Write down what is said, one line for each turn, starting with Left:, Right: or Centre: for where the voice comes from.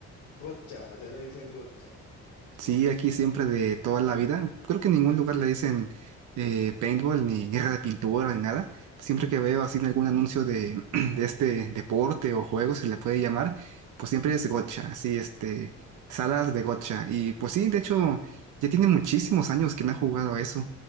Left: Gotcha, allá le dicen gotcha.
Right: Sí, aquí siempre de toda la vida. Creo que en ningún lugar le dicen eh, paintball ni <laughs> guerra de pintura ni nada. Siempre que veo así en algún anuncio de, <clears throat> de este deporte o juego, se le puede llamar, pues siempre es gotcha, así este, salas de gotcha. Y pues sí, de hecho, ya tiene muchísimos años que no he jugado a eso.